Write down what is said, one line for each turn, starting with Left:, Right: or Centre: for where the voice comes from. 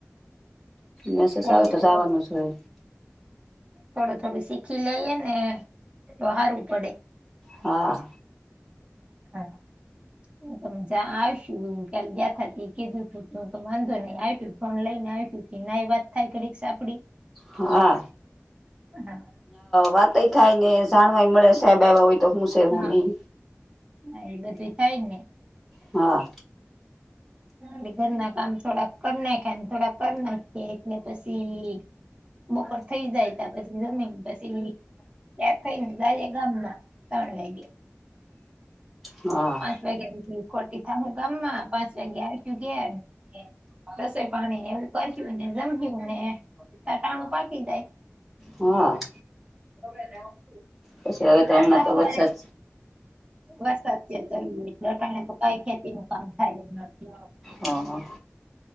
Centre: મેસેજ
Right: કડું
Centre: આવે
Right: તો
Centre: જવાનું જ હોય
Right: થોડું થોડું શીખી લઈએ ને હારવું પડે.
Centre: હા
Right: હા. હ તજા આવશુ કાલે ગયાથાથી કીધું તું કે હું તો વાંધો નહી આવું ફોન લઈને આવું. ના એ વાત થાય કડી સા.
Centre: હા
Right: હા
Centre: વાતય થાય ને જાણવાય મળે સાહેબ એ હો તો હુંસે એવ
Right: હા
Centre: નઈ.
Right: હા એ બધું થાય જ
Centre: હા
Right: ને ઘરના કામ થોડા કર નાખાય થોડા કરી નાખી એટલે પછી બપોર થઈ જાય ત્યાં પછી જમીન પછી ત્યા થઈને જાય ગામના તણ વા <unintelligible>
Centre: હા.
Right: <unintelligible> ગામમાં પાંચ વાગે <unintelligible> ગયા એમ રસોઈ પાણીને એવું કર્યું ને જમ્યું ને ત્યા ટાણું પાકી જાય
Centre: હા
Right: <inaudible>
Centre: પછી હવે તો
Right: પાછા
Centre: હમણાં તો
Right: હવારે
Centre: વરસાદ
Right: વરસાદ છે, ચાલ લટાણે તો કઈ ખેતી ન કામ થાય જ નથી
Centre: હ હ.